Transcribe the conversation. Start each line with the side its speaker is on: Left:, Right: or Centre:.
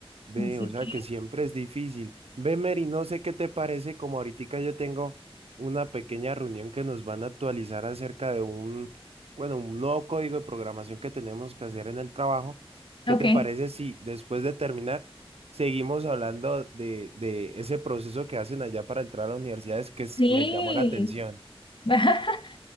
Right: Ve,
Left: Así
Right: o sea
Left: que
Right: que siempre es difícil. Ve, Mary, no sé qué te parece, como ahorita yo tengo una pequeña reunión que nos van a actualizar acerca de un, bueno, un nuevo código de programación que tenemos que hacer en el trabajo. ¿Qué
Left: Ok,
Right: te parece si después de terminar seguimos hablando de, de ese proceso que hacen allá para entrar a las universidades que es-
Left: sí,
Right: me llamó la atención?
Left: <laughs>